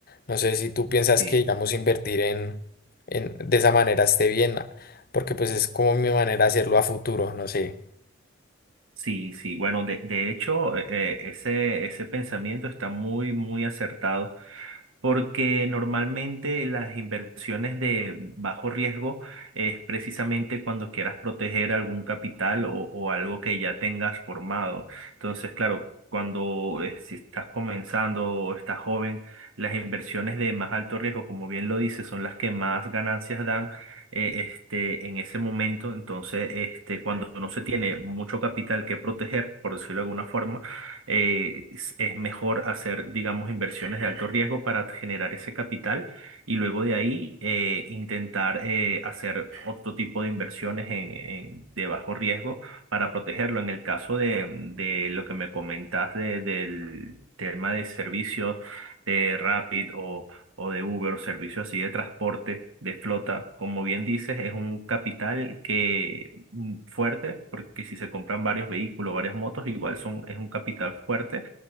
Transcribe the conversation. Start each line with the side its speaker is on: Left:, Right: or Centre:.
Left: No sé si tú piensas
Right: Sí.
Left: que, digamos, invertir en, en- de esa manera esté bien, porque pues es como mi manera de hacerlo a futuro, no sé,
Right: Sí, sí, bueno, de, de hecho, eh, eh, ese, ese pensamiento está muy, muy acertado, porque normalmente las inversiones de bajo riesgo es precisamente cuando quieras proteger algún capital o, o algo que ya tengas formado. Entonces, claro, cuando eh, si estás comenzando o estás joven, las inversiones de más alto riesgo, como bien lo dices, son las que más ganancias dan eh, este, en ese momento, entonces, este, cuando no se tiene mucho capital que proteger, por decirlo de alguna forma, eh, es, es mejor hacer, digamos, inversiones de alto riesgo para generar ese capital y luego de ahí eh, intentar eh, hacer otro tipo de inversiones en, en- de bajo riesgo para protegerlo. En el caso de, de lo que me comentas de- del tema de servicios de Rapid o o de Uber o servicios así de transporte, de flota, como bien dices, es un capital que mm, fuerte, porque si se compran varios vehículos, varias motos, igual son, es un capital fuerte